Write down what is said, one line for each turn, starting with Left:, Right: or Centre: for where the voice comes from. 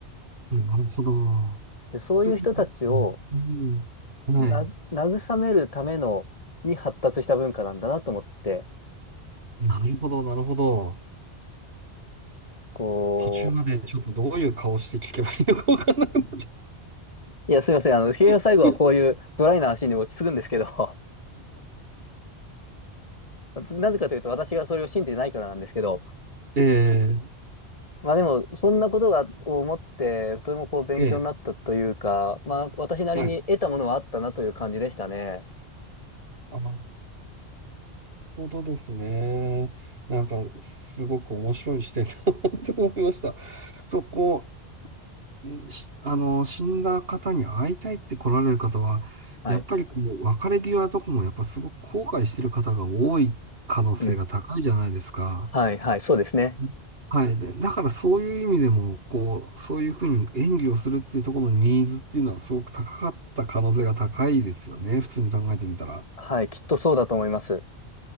Right: うんなるほど。
Left: で、そういう人たちを
Right: それでねうん、うんはい。
Left: な、慰めるための、に発達した文化なんだなと思って、
Right: なるほど、なるほど。
Left: こう、
Right: 途中までちょっとどういう顔して聞けばいいのかわからなくなっち
Left: いや、すいません。あの、結局最後はこういうドライな話に落ち着くんですけど、
Right: ゃっ
Left: <laughs> なぜかというと私がそれを信じてないからなんですけど、
Right: た <laughs> ええ、
Left: まあでも、そんなことが、を思って、とてもこう勉強になったというか、
Right: え
Left: まあ私なりに得たものはあったなという感じでしたね。
Right: え、はい。あ、なるほどですね。なんか、すごく面白い視点だなと思いました。そこ、んしあの、死んだ方に会いたいって来られる方は、
Left: はい。
Right: やっぱりこう、別れ際とかもやっぱすごく後悔してる方が多い可能性が高いじゃないですか。
Left: うん。はい、はい、そうですね。
Right: うんはい。でだからそういう意味でも、こう、そういうふうに演技をするっていうところのニーズっていうのはすごく高かった可能性が高いですよね。普通に考えてみたら。
Left: はい、きっとそうだと思います。